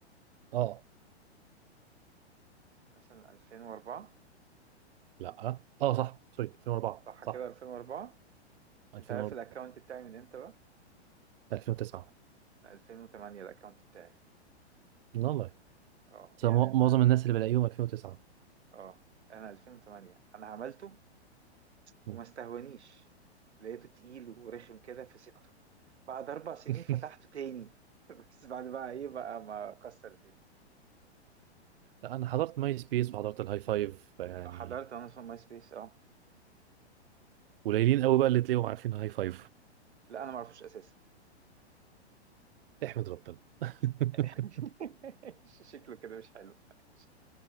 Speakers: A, on the right; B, on the right.
A: اه
B: مثلا 2004
A: لا اه صح سوري 2004
B: صح
A: صح
B: كده 2004
A: 2004
B: انت عارف الاكونت بتاعي من امتى بقى
A: 2009
B: من 2008 الاكونت بتاعي
A: والله
B: اه
A: بس
B: يعني
A: مع-
B: انا
A: معظم الناس اللي بلاقيهم 2009
B: اه انا 2008 انا عملته
A: مم.
B: وما استهونيش لقيته تقيل ورخم كده فسيبته بعد اربع سنين
A: <laughs>
B: فتحته تاني <laughs> بس بعد بقى ايه بقى ما كسر الدنيا
A: لا انا حضرت ماي سبيس وحضرت الهاي فايف يعني
B: حضرت انا في ماي سبيس اه
A: قليلين قوي بقى اللي تلاقيهم عارفين هاي فايف
B: لا انا ما اعرفوش اساسا
A: احمد ربنا <laughs>
B: <laughs> شكله كده مش حلو ماشي